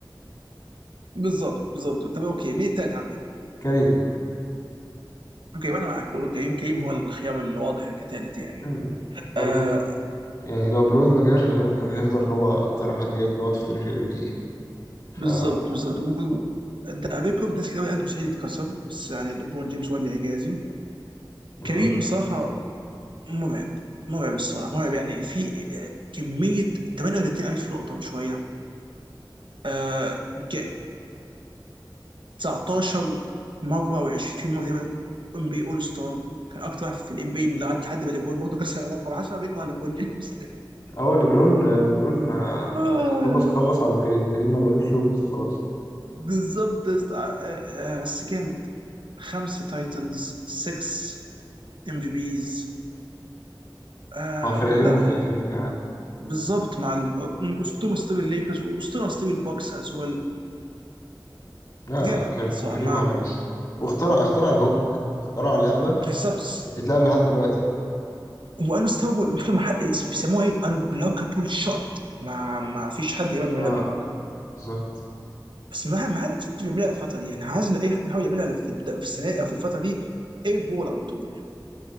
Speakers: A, on the right; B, on the left.
A: بالظبط بالظبط طب اوكي مين التالت عندك؟
B: كريم
A: اوكي وانا معاك برضه كريم كريم هو الخيار الواضح كثالث يعني
B: مم. برضو
A: آه
B: يعني لو برون ما جاش غالبا كان هيفضل هو اكتر واحد جايب نقط في تاريخ ال NBA ف
A: بالظبط بالظبط و- و- ده ريكورد ناس كده قالت مستحيل يتكسر بس يعني ليبرون جيمس هو اللي اعجازي
B: بالظبط
A: كريم صراحه مرعب مرعب الصراحه مرعب يعني في آه، كميه 38000 نقطه وشويه آه ج- 19 مره او 20 مره تقريبا ام بي اول ستار كان اكتر واحد في الام بي لحد حد ما ليبرون برضه كسر الرقم 10 بيكره ليبرون جيمس <laughs>
B: هو ليبرون ليبرون ما-
A: آه،
B: خلص خلص على كريم كريم ما بلوش له وجود خلاص
A: بالظبط يا اسطى. آه، آه، بس جامد خمسه تايتلز 6 ام في بيز آه
B: مع فرقتين
A: لا
B: مختلفين كمان
A: بالظبط مع ال- اسطوره اسطوره الليكرز واسطوره اسطوره البوكس از ويل
B: لا
A: جامد
B: كر-
A: صراحه
B: كريم
A: ما
B: عالمي الصراحة. واخترع اخترع الهوك اخترع لعبة
A: بالظبط
B: بتتلعب لحد دلوقتي
A: وانستوبل مش كده مح... بيسموها ايه انبلوكابل شوت ما ما فيش حد يعرف يعملها
B: اه
A: بلوك
B: بالظبط
A: بس ما ما حدش بيعملها الفتره دي يعني عايز ان اي حد بيحاول يعملها في, الد... في السنه او في الفتره دي اير بول على طول